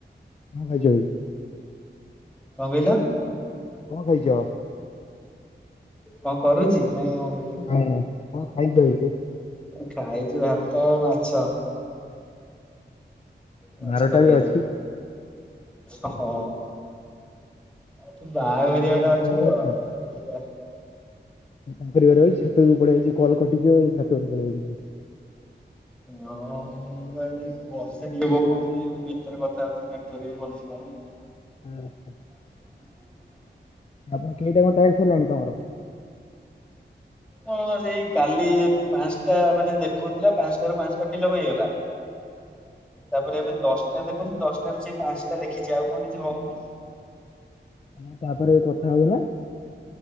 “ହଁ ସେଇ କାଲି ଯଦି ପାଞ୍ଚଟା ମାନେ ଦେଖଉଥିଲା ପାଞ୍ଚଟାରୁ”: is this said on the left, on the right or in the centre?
Centre